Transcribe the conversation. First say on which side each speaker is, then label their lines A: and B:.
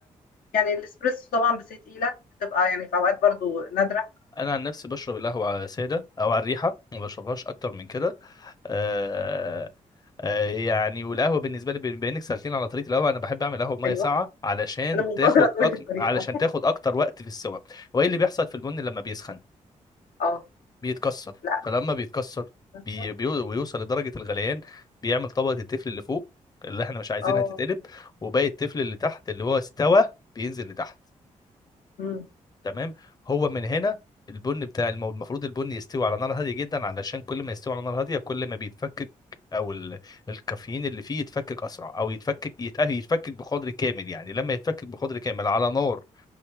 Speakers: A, on the left (about 80°); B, on the left (about 25°).
A: يعني الاسبريسو طبعا بس هي تقيله بتبقى يعني في اوقات برضو نادره
B: انا عن نفسي بشرب القهوه ساده او على الريحه ما بشربهاش اكتر من كده آه آه يعني والقهوه بالنسبه لي بما انك سالتني على طريقه القهوه انا بحب اعمل قهوه بميه
A: ايوه
B: ساقعه علشان
A: انا منتظره
B: تاخد
A: تقول
B: أك...
A: لي الطريقه
B: علشان تاخد اكتر وقت في السوا وايه اللي بيحصل في البن لما بيسخن
A: اه
B: بيتكسر
A: لا
B: فلما بيتكسر
A: بس-
B: بي... بي... ويوصل لدرجه الغليان بيعمل طبقه التفل اللي فوق اللي احنا مش عايزينها
A: اه
B: تتقلب وباقي التفل اللي تحت اللي هو استوى بينزل لتحت
A: أمم،
B: تمام هو من هنا البن بتاع المو... المفروض البن يستوي على نار هاديه جدا علشان كل ما يستوي على نار هاديه كل ما بيتفكك او ال... الكافيين اللي فيه يتفكك اسرع او يتفكك يت... يتفكك بقدر كامل يعني لما يتفكك بقدر كامل على نار